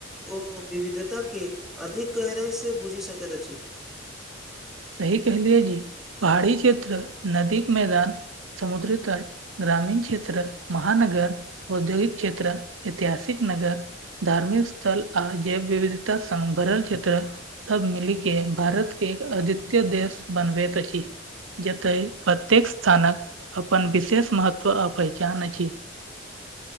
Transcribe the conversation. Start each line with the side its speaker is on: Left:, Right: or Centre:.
Centre: ओ विविधताके अधिक गहराइ से बुझि सकैत अछि
Right: सही कहलियए जी पहाड़ी क्षेत्र नदीक मैदान समुद्री तट ग्रामीण क्षेत्र महानगर औद्योगिक क्षेत्र ऐतिहासिक नगर धार्मिक स्थल आ जैव विविधता संग भरल क्षेत्र सब मिली के भारत के एक अद्वितय देश बनबैत अछि जतए प्रत्येक स्थानक अपन विशेष महत्व आ पहचान अछि